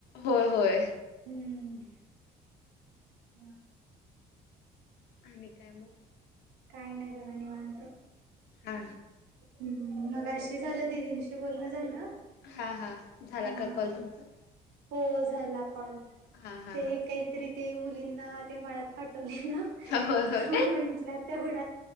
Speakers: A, on the left; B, on the right.
A: होय होय.
B: हम्म हम्
A: आणि काय मग
B: काही नाही बगा निवांत.
A: हा
B: हम् मग अशी झालं दिदींशी बोलणं झालं.
A: हा हा झाला
B: हा
A: का कॉल तुमचा?
B: हो झाला कॉल
A: हा हा
B: ते
A: हा
B: काहीतरी ते मुलींना ते मळ्यात फट ला
A: होय होय
B: म्हटलं तेवढ